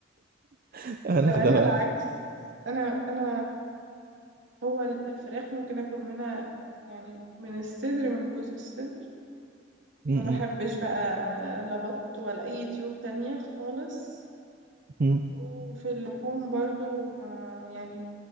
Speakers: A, on the right (about 50°); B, on the right (about 80°).
A: <laughs> انا
B: لا
A: ده
B: انا
A: بقى
B: العكس
A: انا
B: انا انا هو ال- الفراخ ممكن اكل منها يعني من الصدر من جزء الصدر
A: م- م-
B: ما بحبش بقى لا بط ولا اي طيور تانية خالص
A: م.
B: وفي اللحوم برضو ما- يعني